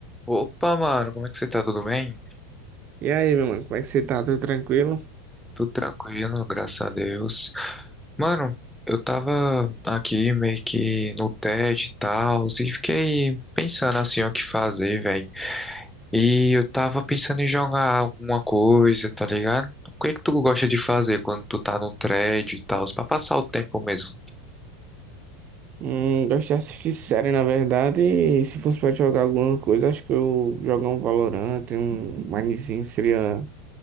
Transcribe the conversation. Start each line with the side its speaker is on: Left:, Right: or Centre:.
Centre: Opa, mano, como é que você tá? Tudo bem?
Right: E aí, meu mano, como é que você tá? Tudo tranquilo?
Centre: Tudo tranquilo, graças a Deus. Mano, eu tava aqui meio que no TED e tal, e fiquei pensando assim o que fazer, velho. E eu tava pensando em jogar alguma coisa, tá ligado? O que é que tu gosta de fazer quando tu tá no TED e tal, pra passar o tempo mesmo?
Right: Hum, gosto de assistir série, na verdade, e se fosse pra jogar alguma coisa, acho que eu jogar um Valorant, um Minezinho seria...